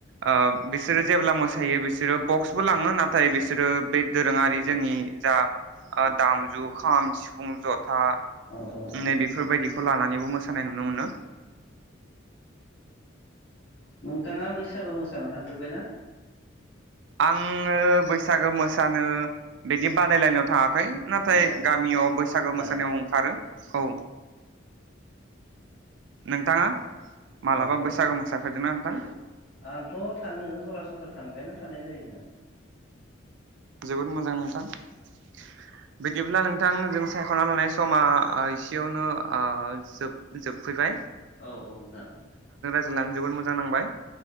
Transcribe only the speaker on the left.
औ औ
नोंथाङा बैसागु मोसानानायाव थांफेरबायना
औ
गामि
औ
आंथ' थाङो सरासनस्रा थांबायानो थानाय जायोना?
औ औ नोंथां।